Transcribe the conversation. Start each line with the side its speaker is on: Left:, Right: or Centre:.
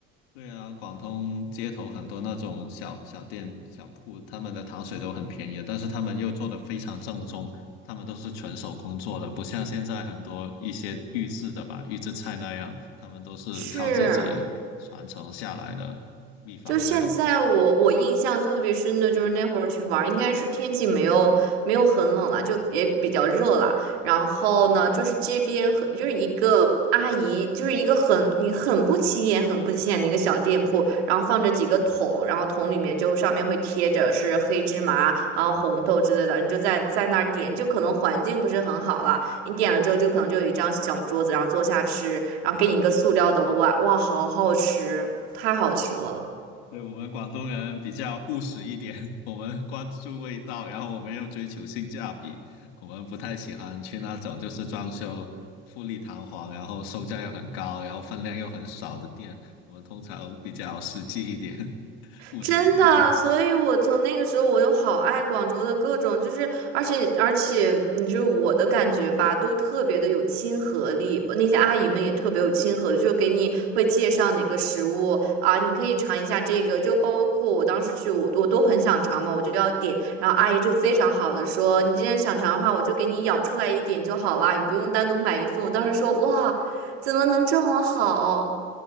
Left: 对啊，广东街头很多那种小小店、小铺，他们的糖水都很便宜，但是他们又做的非常正宗，他们都是纯手工做的，不像现在很多一些预制的吧，预制菜那样，他们都是靠自己传承下来的秘方这样。
Right: 是。就现在我，我印象特别深的就是那会儿去玩儿应该是天气没有没有很冷了，就也比较热了。然后呢，就是街边很就是一个阿姨，就是一个很你很不起眼、很不起眼的一个小店铺，然后放着几个桶，然后桶里面就上面会贴着是黑芝麻，然后红豆之类的，你就在在那儿点，就可能环境不是很好了。你点了之后就可能就有一张小桌子，然后坐下吃，然后给你一个塑料的碗，哇，好好吃，太好吃了。
Left: 对，我们广东人比较务实一点，<laughs> 我们关注味道，然后我们又追求性价比，我们不太喜欢去那种就是装修富丽堂皇，然后售价又很高，然后分量又很少的店，我们通常比较实际一点，<laughs> 务实一点。
Right: 真的，所以我从那个时候我就好爱广州的各种，就是而且而且，你就是我的感觉吧，都特别的有亲和力，那些阿姨们也特别有亲和力，就给你会介绍哪个食物啊，你可以尝一下这个，就包括我当时去我我都很想尝嘛，我就要点，然后阿姨就非常好的说，你既然想尝的话，我就给你舀出来一点就好啦，你不用单独买一份。我当时说哇，怎么能这么好？